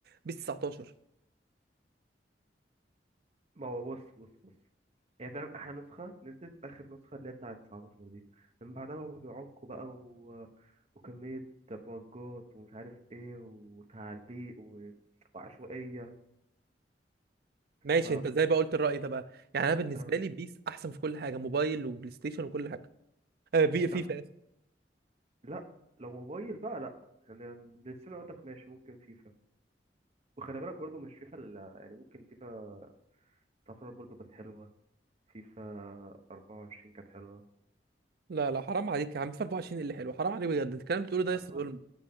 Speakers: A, on the right (about 60°); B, on the right (about 40°).
A: بيس 19
B: ما هو بص بص بص هي فاهم احلى نسخه نزلت اخر نسخه اللي هي بتاعه 19 دي من بعدها بقى بيعكوا بقى و... وكميه بجات ومش عارف ايه وتعليق و... وعشوائيه
A: ماشي
B: ف
A: انت ازاي بقى قلت الراي ده بقى يعني انا بالنسبه
B: انا
A: لي بيس احسن في كل حاجه موبايل وبلاي ستيشن وكل حاجه آه بي فيفا
B: لا ما هو
A: آسف.
B: لا لو موبايل بقى لا يعني بلاي ستيشن اقول لك ماشي ممكن فيفا وخلي بالك برضه مش فيفا ال- يعني ممكن فيفا 19 برضه كانت حلوة فيفا 24 كانت حلوة
A: لا لا حرام عليك يا عم فيفا 24 اللي حلو حرام عليك بجد الكلام اللي بتقوله ده يا اسطى
B: أربعة
A: ظلم